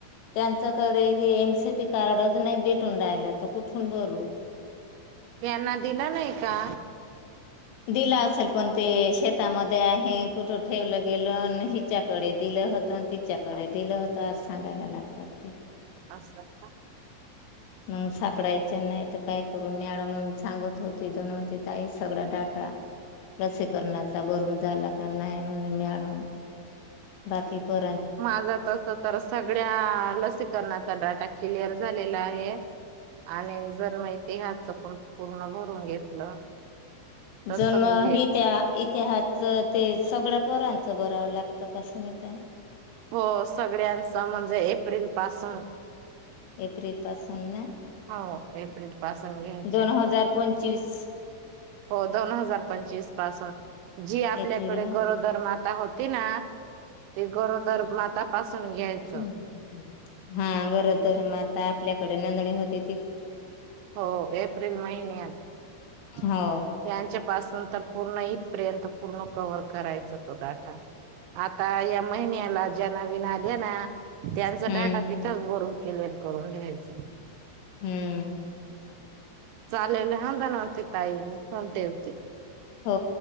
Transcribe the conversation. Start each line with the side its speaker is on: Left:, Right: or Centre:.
Left: त्यांच्याकडे हे एमसीपी कार्डच नाही भेटून राहिला तर कुठून भरू....
Right: यांना दिलं नाही का?
Left: दिला असेल पण ते शेतामध्ये आहे कुठ.... ठेवलं गेलं हिच्याकडे दिलं होत तिच्याकडे दिलं होत आज सांगायला लागतात ते....
Right: असता...
Left: मग सापडायचे नाही तर काय करू मॅडम सांगत होती दोनवती ताई सगळा डाटा.. लसीकरणाचा भरून झाला का नाही म्हने मॅडम बाकी पां
Right: माझं तस तर सगळ्या लसीकरणाचा डाटा..... क्लिअर झालेला आहे आणि जर मा..... तेहाजच पण पूर्ण भरून घेतलं... तस
Left: जन्म
Right: म्हणजे
Left: हि त्या.... इतिहासचं ते सगळ्या पोरांचं बरावं लागतं कसून त्या...
Right: हो सगळ्यांचं म्हणजे एप्रिल पासून...
Left: एप्रिल पासून....
Right: हो.... एप्रिल पासून.... घ्यायचे
Left: दोन हजार पंचवीस....
Right: हो दोन हजार पंचवीस पासून जी आपल्याकडे
Left: एप्रिल ला
Right: गरोदर माता होती ना.... ते गरोदर माता तपासून घ्यायचं....
Left: हम्म हा गरोदर माता आता आपल्याकडे नोंदणी होती...
Right: हो एप्रिल महिन्यात.... त्यांच्या
Left: हो
Right: पाासून तर पूर्ण इथपर्यंत पूर्ण कव्हर करायचा तो डाटा... आता या महिन्याला जना विना घेणा... त्यांचा
Left: हम्म
Right: डाकाा तिथंच भरून क्लिअर करून लिहायच...
Left: हम्म...
Right: चालेला ह्या धनावती ता कोटती...
Left: हो